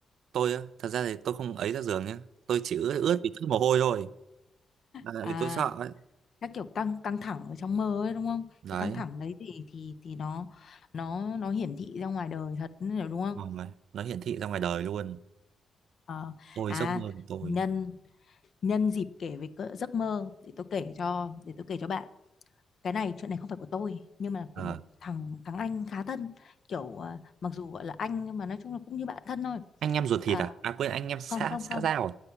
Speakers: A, on the right; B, on the left.
A: tôi á thật ra thì tôi không ấy ra giường nhá tôi chỉ ướt ướt vì chút mồ hôi thôi là tại
B: à
A: vì tôi sợ ấy
B: các kiểu căng căng thẳng ở trong mơ ấy đúng không
A: đấy
B: cái căng thẳng đấy thì thì thì nó nó nó hiển thị ra ngoài đời thật nữa đúng không
A: Vâng, nó, nó hiển thị ra ngoài đời luôn.
B: Ờ.
A: Ôi
B: à
A: giấc mơ của tôi.
B: nhân nhân dịp kể về cỡ giấc mơ để tôi kể cho để tôi kể cho bạn cái này chuyện này không phải của tôi nhưng mà là của
A: Ờ,
B: một thằng thằng anh khá thân kiểu à, mặc dù gọi là anh nhưng mà nói chung là cũng như bạn thân thôi
A: anh em ruột
B: à,
A: thịt à? À quên anh em xã
B: không không
A: xã
B: không
A: giao à?